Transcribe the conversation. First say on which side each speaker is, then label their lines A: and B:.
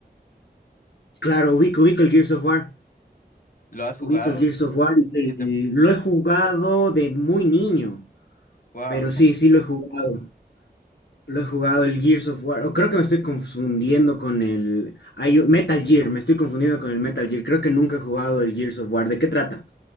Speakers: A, on the left; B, on the left.
A: Claro, ubico, ubico el Gears of War.
B: ¿Lo has jugado?
A: Ubico el Gears of War y
B: ¿Qué te...
A: lo he jugado de muy niño.
B: Wow.
A: Pero sí, sí lo he jugado. Lo he jugado el Gears of War. O creo que me estoy confundiendo con el. hay un- Metal Gear, me estoy confundiendo con el Metal Gear. Creo que nunca he jugado el Gears of War. ¿De qué trata?